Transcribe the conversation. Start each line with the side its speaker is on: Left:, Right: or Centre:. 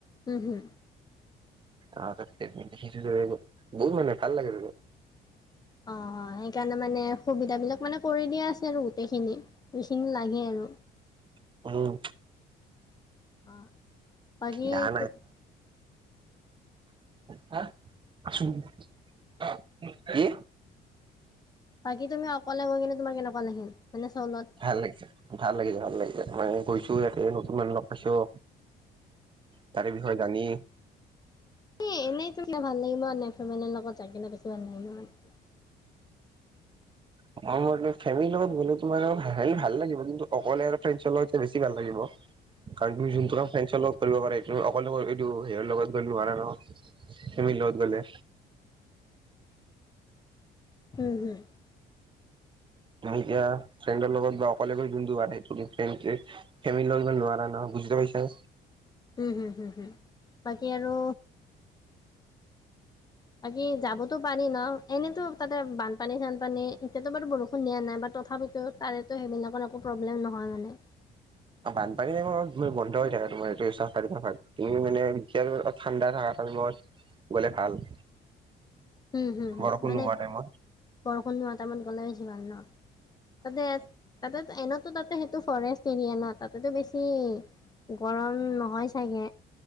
Left: উম হম।
Right: আহ তাক <unintelligible> বহুত মানে ভাল লাগে দে।
Left: অ', অ', সেইকাৰণে মানে সুবিধা বিলাক মানে কৰি দিয়া আছে আৰু গোটেইখিনি। যিখিনি লাগে আৰু।
Right: উম
Left: আহ বাকিটো
Right: বেয়া হা আছোঁ <unintelligible> কি?
Left: বাকী তুমি অকলে গৈ কিনে তোমাৰ কেনেকুৱা লাগিল? মানে চলত
Right: ভাল লাগিছে, ভাল লাগিছে ভাল লাগিছে মে গৈছো ইয়াতে নতুন মানু লগ পাইছোও। তাৰে বিষয়ে জানি।
Left: এ এনেইতো কি ভাল লাগিব এনে ফেমেলিৰ লগত যনে বেছি ভাল লাগিব।
Right: অ' ম তম ফেমিলিৰ লগত গ'লে তোমাৰ হ ভাল লাগিব কিন্তু অকল এয়ফ্লাইন চল বেছি ভাল লাগিব।
Left: উ
Right: কাৰণ তুমি জোনটো কাম ফঞ্চ লগত কৰিব পাৰে অকল এইটো সেইয়ৰ লগত গ'লো নোৱাৰে নহয়, ফেমিলি লগত গ'লে।
Left: হম হুম।
Right: এতিয়া ফ্ৰেণ্ডৰ লগত বা অকলে গৈ যোনটো সেই ফ্ৰ ফেম লগত যমান নোৱাৰা নহয়। বুজি পাইছা।
Left: উম' হম, হম, হম, বাকী আৰু। বাকী যাবতো পাৰি ন এনেতো তাতে বানপানী চানপানী। এতিয়াতো বাৰু বৰষুণ দিয়া নাই বাট তথাপিতো তাৰেতো সেইবিলাকৰ একো প্ৰব্লেম নহয় মানে।
Right: বানপানী <unintelligible> বন্ধ হৈ থাকে তোমাৰ এই চাফাৰী টাফাৰী তুমি মানে এতিয়া ঠাণ্ডা থাকা। <unintelligible> গ'লে ভাল।
Left: হম হু হু,
Right: বৰষুণ
Left: মানে
Right: নোহোৱা টাইমত
Left: বৰষুণ নোহা টাইমত গ'লে বেছি ভাল ন'। তাতে তাতে এনেতো তাতে সেইটো ফৰেষ্ট এৰিয়া না তাতেতো বেছি গৰ উম নহয় চাগে।